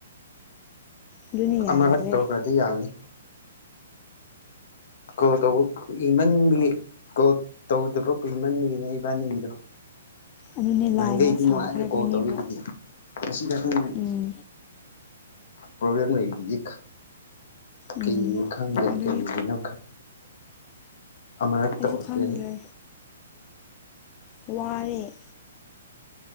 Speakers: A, on the left; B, on the left.
A: ꯑꯗꯨꯅ ꯌꯥꯗ꯭ꯔꯦ
B: ꯑꯃꯔꯛ ꯇꯧꯈ꯭ꯔꯗꯤ ꯌꯥꯅꯤ ꯀꯣꯜ ꯇꯧꯕ ꯀꯏꯃꯟꯕꯒꯤ ꯀꯣꯜ ꯇꯧꯗꯕ ꯀꯨꯏꯃꯟꯕꯒꯤꯅꯦ ꯏꯕꯥꯅꯤꯒꯤꯗꯣ
A: ꯑꯗꯨꯅꯤ
B: ꯅꯍꯥꯟꯈꯩꯗꯤ
A: ꯂꯥꯏꯅ ꯁꯥꯎꯈ꯭ꯔꯦ
B: ꯅꯨꯡꯉꯥꯏꯔꯦꯀꯣ
A: ꯑꯩꯈꯣꯏꯅꯤꯕꯨ
B: ꯇꯧꯔꯤꯗꯨꯗꯤ ꯉꯁꯤ ꯈꯛꯇꯪ
A: ꯎꯝ
B: ꯄ꯭ꯔꯣꯕ꯭ꯂꯦꯝ ꯂꯩꯔꯤꯗꯨꯗꯤ
A: ꯎꯝ
B: ꯀꯩꯅꯣ ꯈꯪꯗꯦ
A: ꯑꯗꯨꯒꯤ
B: ꯀꯔꯤꯒꯤꯅꯣ ꯑꯃꯔꯛ
A: ꯑꯩꯁꯨ
B: ꯇꯧꯔꯛꯀꯦ
A: ꯈꯪꯗ꯭ꯔꯦ ꯋꯥꯔꯦ